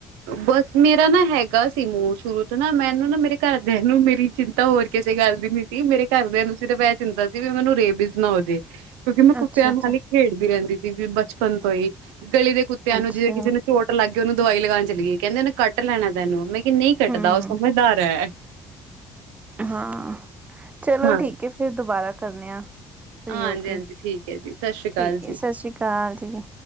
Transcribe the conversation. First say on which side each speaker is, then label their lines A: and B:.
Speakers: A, on the right; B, on the right.
A: ਬਸ, ਮੇਰਾ ਨਾ ਹੈਗਾ ਸੀ ਮੋਹ ਸ਼ੁਰੂ ਤੋਂ ਨਾ, ਮੈਨੂੰ ਨਾ ਮੇਰੇ ਘਰਦਿਆਂ ਨੂੰ ਮੇਰੀ ਚਿੰਤਾ ਹੋ ਰਹੀ ਕਿਸੇ ਗੱਲ ਦੀ ਨੀ ਸੀ, ਮੇਰੇ ਘਰਦਿਆਂ ਨੂੰ ਸਿਰਫ਼ ਇਹ ਚਿੰਤਾ ਸੀ, ਵੀ ਮੈਨੂੰ ਰੇਬੀਜ਼ ਨਾ ਹੋ ਜੇ। ਕਿਉਂਕਿ ਮੈਂ ਕੁੱਤਿਆਂ
B: ਅੱਛਾ ਅੱਛਾ
A: ਨੂੰ ਨਾਲ ਹੀ ਖੇਡਦੀ ਰਹਿੰਦੀ ਸੀਗੀ ਬਚਪਨ ਤੋਂ ਹੀ, ਗਲ਼ੀ ਦੇ ਕੁੱਤਿਆਂ
B: ਅੱਛਾ
A: ਨੂੰ ਜੇ ਕਿਸੇ ਨੂੰ ਚੋਟ ਚੋਟ ਲੱਗ ਗਈ, ਉਹਨੂੰ ਦਵਾਈ ਲਗਾਉਣ ਚਲੀ ਗਈ, ਕਹਿੰਦੇ ਉਹਨੇ ਕੱਟ ਲੈਣਾ ਤੈਨੂੰ, ਮੈਂ ਕਿਹਾ, ਨਹੀਂ ਕੱਟਦਾ,
B: ਹਮ
A: ਉਹ ਸਮਝਦਾਰ ਹੈ।
B: ਹਾਂ! ਚਲੋ
A: ਹਾਂ
B: ਠੀਕ ਹੈ, ਫਿਰ ਦੁਬਾਰਾ ਕਰਨੇ ਆ। ਫਰੀ
A: ਹਾਂਜੀ
B: ਹੋ ਕੇ,
A: ਹਾਂਜੀ ਠੀਕ ਹੈ ਜੀ ਸਤਿ ਸ਼੍ਰੀ ਅਕਾਲ
B: ਠੀਕ
A: ਜੀ।
B: ਹੈ, ਸਤਿ ਸ੍ਰੀ ਅਕਾਲ ਜੀ।